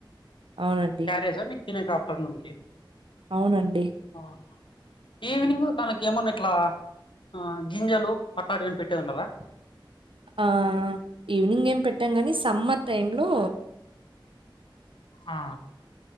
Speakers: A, on the right (about 80°); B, on the left (about 70°).
A: అవునండి.
B: కారే సార్ నక్ిన ఆఫ్టర్నూన్ క
A: అవునండి.
B: <unintelligible> ఈవ్నింగ్ త ఏమన్నా ఇట్లా ఆ గింజలు అట్లాంటివీ పెట్టేది ఉండదా
A: ఆ ఈవినింగ్ ఏం పెట్టాం కాని సమ్మర్ టైమ్ లో
B: ఆ